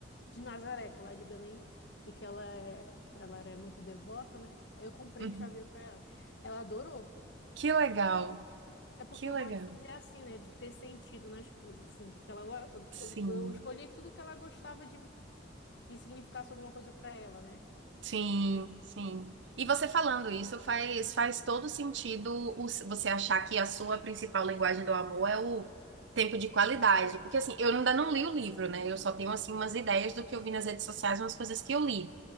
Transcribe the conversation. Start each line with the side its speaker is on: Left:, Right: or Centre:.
Left: de Nazaré, que ela é de Belém e que ela, é, ela era muito devota, né? Aí eu comprei
Right: Uhum.
Left: um chaveiro para ela. Ela adorou.
Right: Que legal.
Left: É porque
Right: Que
Left: eu
Right: legal.
Left: gosto de fazer assim, né? De ter sentido nas coisas, assim. Porque ela, go-
Right: Sim.
Left: eu, eu eu escolhi tudo que ela gostava de que significasse alguma coisa para ela, né?
Right: Sim, sim. E você falando isso faz, faz todo sentido o- você achar que a sua principal linguagem do amor é o tempo de qualidade. Porque assim, eu ainda não li o livro, né? Eu só tenho assim umas ideias do que eu vi nas redes sociais, umas coisas que eu li.